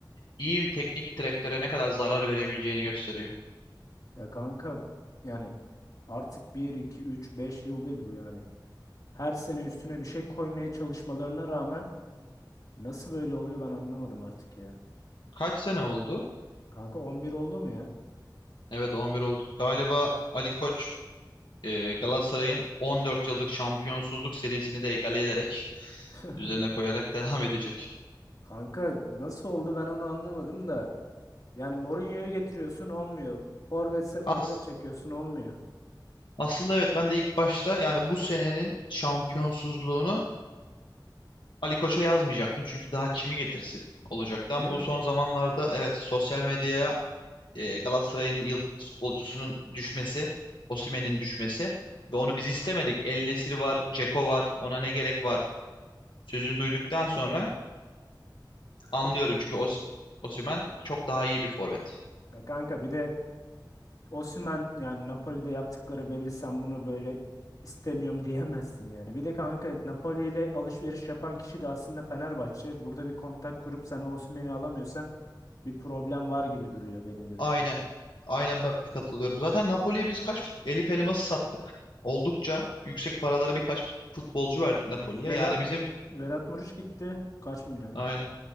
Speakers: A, on the left; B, on the left.
A: iyi bir teknik direktöre ne kadar zarar verebileceğini gösteriyor.
B: Ya kanka yani artık bir iki üç beş yıl değil bu yani. Her sene üstüne bir şey koymaya çalışmalarına rağmen Nasıl böyle oluyor ben anlamadım artık ya.
A: Kaç sene oldu?
B: Kanka 11 oldu mu ya?
A: Evet 11 oldu. Galiba Ali Koç e, Galatasaray'ın 14 yıllık şampiyonsuzluk serisini de egale ederek
B: <laughs>
A: üzerine koyarak <laughs> devam edecek.
B: Kanka nasıl oldu ben onu anlamadım da. Yani Mourinho'yu getiriyorsun olmuyor. Forvetse forvet
A: As-
B: çekiyorsun olmuyor.
A: aslında evet ben de ilk başta yani bu senenin şampiyonsuzluğunu Ali Koç'a yazmayacaktım çünkü daha kimi getirsin olacaktı.
B: Değil
A: Ama bu
B: mi?
A: son zamanlarda evet sosyal medyaya e, Galatasaray'ın yıldız futbolcusunun düşmesi, Osimhen'in düşmesi ve onu
B: Hmm.
A: biz istemedik. El Nesiri var, Ceko var, ona ne gerek var sözünü duyduktan sonra anlıyorum
B: Ka-
A: çünkü Os Osimhen çok daha iyi bir forvet.
B: Ya kanka bir de Osimhen yani Napoli'de yaptıkları belli sen bunu böyle istemiyorum diyemezsin yani. Bir de kanka Napoli ile alışveriş yapan kişi de aslında Fenerbahçe. Burada bir kontak kurup sen Osimhen'i alamıyorsan bir problem var gibi duruyor benim görüşümde.
A: Aynen. Aynen ben de katılıyorum. Zaten Napoli'ye biz kaç fut- Elif Elmas'ı sattık. Oldukça yüksek paralara birkaç fut- futbolcu verdik Napoli'ye.
B: Vedat
A: Yani bizim
B: Vedat Muriç gitti. Kaç milyonu?
A: Aynen.